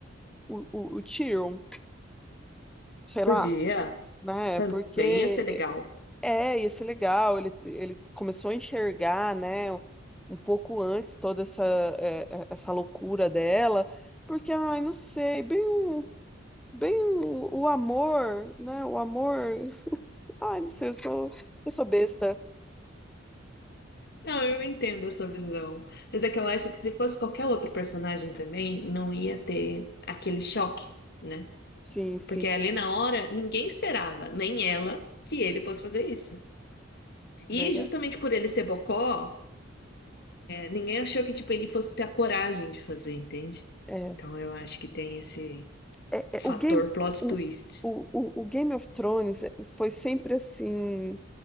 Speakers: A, in the centre; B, on the left.
A: o, o, o Tyrion, sei
B: Podia,
A: lá, né?
B: também
A: Porque
B: ia ser legal.
A: é, ia ser legal. Ele, ele começou a enxergar, né, um pouco antes toda essa, é, é, essa loucura dela. Porque, ai, não sei, bem, o- bem o, o amor, né? O amor. <laughs> Ai, não sei, eu sou, eu sou besta.
B: Não, eu entendo a sua visão. Mas é que eu acho que se fosse qualquer outro personagem também, não ia ter aquele choque, né?
A: Sim, sim,
B: Porque ali na hora, ninguém esperava, nem ela, que ele fosse fazer isso. E
A: verdade.
B: justamente por ele ser bocó. Ninguém achou que, tipo, ele fosse ter a coragem de fazer, entende?
A: É.
B: Então eu acho que tem esse
A: é-
B: fator
A: é- o Game,
B: plot
A: o,
B: twist.
A: o, o, o Game of Thrones eh, foi sempre assim,